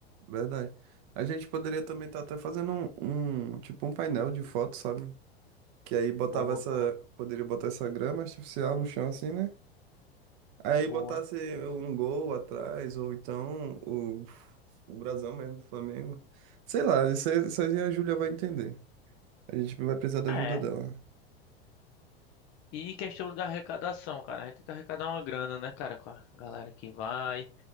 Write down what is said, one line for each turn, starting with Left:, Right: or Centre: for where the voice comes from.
Right: Verdade. A gente poderia também estar até fazendo um, um- tipo um painel de fotos, sabe? Que aí botava
Left: Boa,
Right: essa,
Left: boa,
Right: poderia botar essa grama artificial no chão assim, né? Aí
Left: boa.
Right: botasse um gol atrás ou então o, o brasão mesmo do Flamengo. Sei lá, isso aí, isso aí a Júlia vai entender. A gente vai precisar da
Left: É.
Right: ajuda dela.
Left: E questão da arrecadação, cara. A gente tem que arrecadar uma grana, né, cara, com a galera que vai.